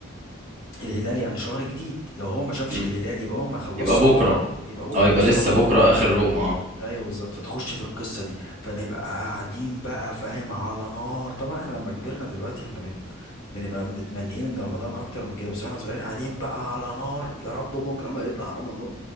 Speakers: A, on the left; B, on the right.
A: الهلال يعني شهر جديد لو هو ما شافش
B: مم.
A: الهلال يبقى هو ما خلصش
B: يبقى بكره
A: رمضان يبقى بكرة
B: اه يبقى
A: لسه
B: لسه
A: رمضان
B: بكره اخر روم اه
A: ايوه بالظبط فتخش في القصه دي فنبقى قاعدين بقى فاهم على نار طبعا احنا لما كبرنا دلوقتي احنا بن... بنبقى متمنيين ان رمضان اكتر من كده بس واحنا صغيرين قاعدين بقى على نار يا رب بكره ما يطلع رمضان